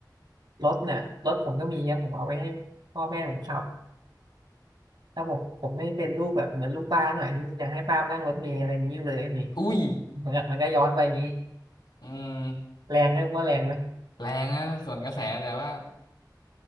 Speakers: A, on the right; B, on the left.
A: รถเนี่ยรถผมก็มีเนยผมเอาไว้ให้พ่อแม่ผมขับถ้าผมผมไม่เป็นลูกแบบเหมือนลูกป้าหน่อยที่อยากให้ป้านั่งรถเมล์อะไรอย่างนี้อยู่เลยนี่
B: อุ้ย
A: มันก็มันก็ย้อนไปอย่างนี้
B: อืม
A: แรงไหมว่าแรงไหม
B: แรงนะส่วนกระแสแต่ว่า